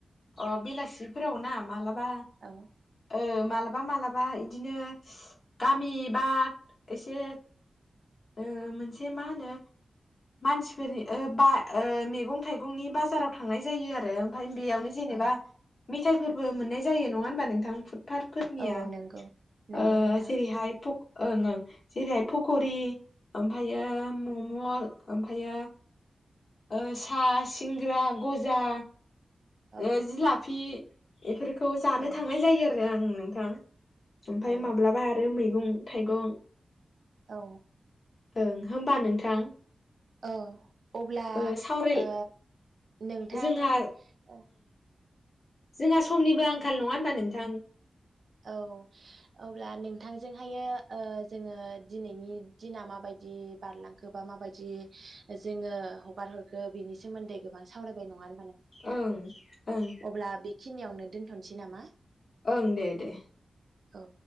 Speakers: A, on the left; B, on the right.
A: अ बेलासिफोराव ना मालाबा बा
B: औ
A: औ मालाबा मालाबा इदिनो गामि बा एसे ओ मोनसे मा होनो मानसिफोरनि ओ बा मैगं थाइगंनि बाजाराव थांनाय जायो आरो ओमफ्राय बेयावनो जेनेबा
B: औ
A: मेथाइफोरबो मोननाय जायो नङा होनबा नोंथां पार फोरनिया
B: औ नंगौ नंगौ
A: ओ
B: नोंथां
A: जेरैहाय पक ओं ओं जेरैहाय पकरि ओमफ्रायो मम' ओमफायो ओ सा सिंग्रा गजा
B: औ
A: ओ जिलाफि एफोर खौ जानो
B: औ
A: थांनाय जायो आरो आं ओम नोंथां ओमफाय
B: औ
A: माब्लाबा आरो मैगं थाइगं
B: औ
A: ओं होमबा नोंथां
B: औ अब्ला
A: ओ सावराय
B: ओ नोंथां
A: जोंहा
B: ओं
A: जोंहा समनिबो आंखाल नङा होनबा नोंथां?
B: औ अब्ला नोंथांजोंहायो ओ जोङो दिनैनि दिना माबायदि बारलांखो बा माबायदि जोङो हगार हरखो बिनि सोमोन्दै गोबां सावरायबाय नङा
A: ओं ओं।
B: दा बेखिनियावनो दोनथ'नोसै नामा?
A: ओं दे दे।
B: औ।